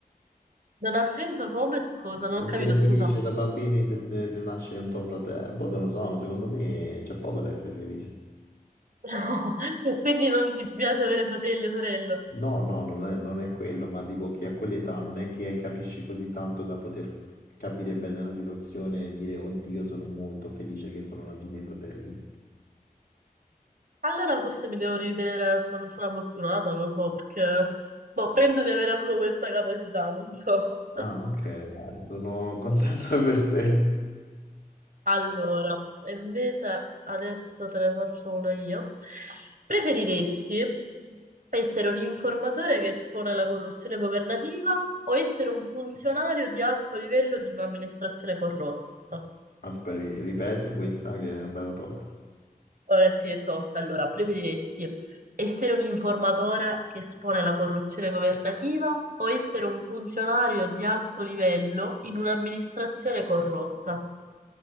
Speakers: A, on the right; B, on the left.
A: Non ha senso come? Cosa? Non
B: Essere
A: ho capito, scusa.
B: felice da bambini se, te- se nasce un tuo fratello, boh, non lo so, secondo me c'è poco da essere felice.
A: No, <laughs> quindi non ti piace avere fratelli o sorelle.
B: No, no, non è, non è quello, ma dico che a quell'età non è che capisci così tanto da poter capire bene la situazione e dire, oddio, sono molto felice che sono nati i miei fratelli.
A: Allora forse mi devo ritenere una persona fortunata, non lo so, perché boh, penso di aver avuto questa capacità, non so. <laughs>
B: Ah, ok, dai, sono contento <laughs> per te.
A: Allora, e invece adesso te ne faccio una io. Preferiresti essere un informatore che espone la corruzione governativa o essere un funzionario di alto livello di un'amministrazione corrotta?
B: Aspetta, ri- ripeti questa che è bella tosta.
A: Eh, sì, è tosta. Allora, preferiresti essere un informatore che espone la corruzione governativa o essere un funzionario di alto livello in un'amministrazione corrotta?